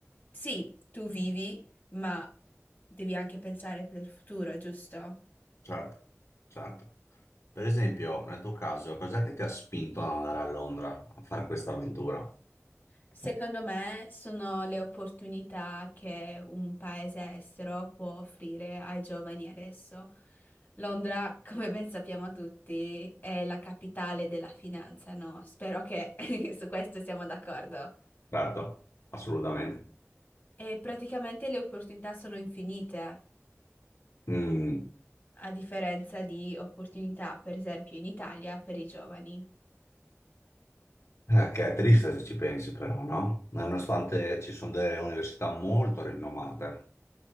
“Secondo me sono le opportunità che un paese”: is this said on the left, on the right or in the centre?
Left